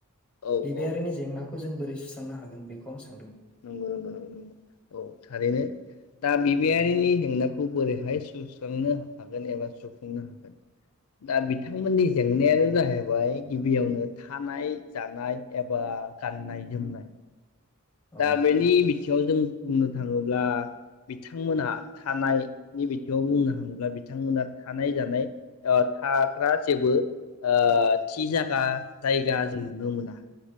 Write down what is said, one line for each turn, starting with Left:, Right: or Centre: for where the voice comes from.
Left: औ
Centre: बिबायारिनि
Left: औ औ
Centre: जेंनाखौ जों बोरै सुस्रां सोंनो हागोन बेखौ आं सों
Left: नंगौ नंगौ औ थारैनो दा बिबियारिनि जेंनाखौ बोरैहाय सुस्रांनो हागोन एबा सुफुंनो हागोन दा बिथांमोननि जेंनायानो जाहैबाय गिबियावनो थानाय जानाय एबा बा गाननाय जोमनाय।
Centre: औ
Left: दा बेनि बिथि थिंआव जों बुंनो थाङोब्ला बिथांमोनहा थानाय नि बिथिङाव बुंनो थाङोब्ला बिथांमोना थानाय जानाय ओ थाग्रा जेबो ओ थि जागा जायगा जों नुनो मोना।